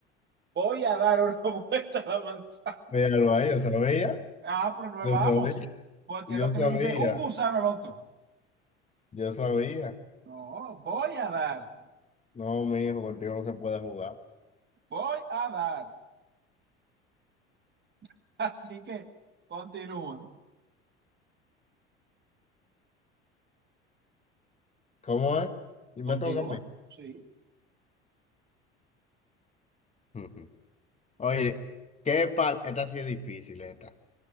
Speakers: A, on the right; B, on the left.
A: Voy a dar una <laughs> vuelta a la manzana.
B: Míralo ahí, yo sabía,
A: Ah, pero no
B: yo
A: vamos.
B: sabía,
A: Porque
B: yo
A: es lo que
B: sabía,
A: le dice un gusano al otro.
B: yo sabía.
A: No, voy a dar,
B: No, mi hijo, contigo no se puede jugar.
A: voy a dar. <laughs> Así que continúa.
B: ¿Cómo es? Y me
A: Continúa.
B: toca a mí.
A: Sí,
B: <laughs> Ujú. Oye, ¿qué pal? Esta sí es difícil, esta.